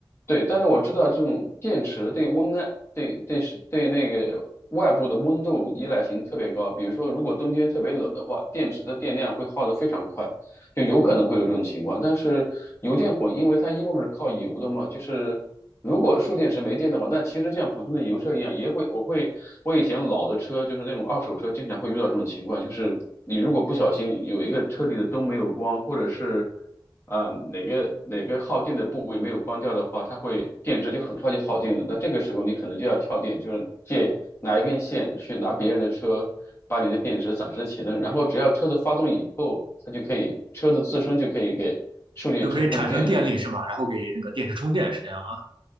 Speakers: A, on the left (about 30°); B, on the right (about 75°).
A: 对，但是我知道这种电池对温耐，对对是对那个外部的温度依赖性特别高。比如说，如果冬天特别冷的话，电池的电量会耗得非常快，就有可能会有这种情况。但是油电混，因为它一部分是靠油的嘛，就是如果蓄电池没电的话，那其实就像普通的油车一样，也会，我会，我以前老的车就是那种二手车，经常会遇到这种情况，就是你如果不小心有一个车里的灯没有关，或者是。啊，哪个哪个耗电的部位没有关掉的话，它会电池就很快就耗尽了。那这个时候你可能就要跳电，就是借拿一根线去拿别人的车，把你的电池暂时启动，然后只要车子发动以后，它就可以车子自身就可以给蓄电池供电，
B: 就可以产生电力是吧？
A: 就是。
B: 然后给那个电池充电是这样啊？